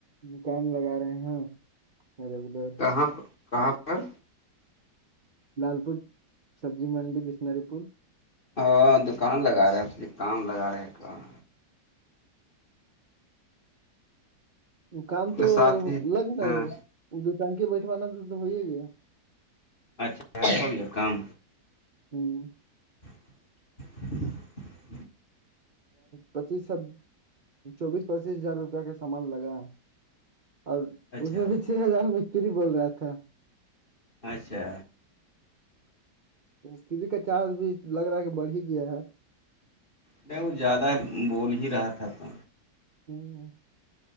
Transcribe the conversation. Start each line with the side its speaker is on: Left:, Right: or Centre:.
Right: کان لگا رہے ہیں ادھر ادھر
Left: کہاں پر کہاں پر
Right: لال فوٹ سبزی ملڈی بسناری پول
Left: ہاں دکان لگا رہے ہیںے کام لگا رہے ہیں کہاں
Right: وہ کام تو
Left: ساتھ ہی
Right: لگنا
Left: ہاں
Right: ہے وہ جو ٹانکے بیٹھوانا تو ہو ہی گیا
Left: اچھا ہو گیا کام
Right: ہوں
Left: <unintelligible>
Right: پچیس س چوبیس پچیس ہزار روپیہ کا سامان لگا اور
Left: اچھا
Right: اس میں بھی چھ ہزار مستری بول رہے تھاے
Left: اچھا
Right: متںری کا چارج بھی لگ رہا ہے کہ بڑھ ہی گیا ہے
Left: میں وہ زیادہ بول ہی رہا تھا تو
Right: ہوں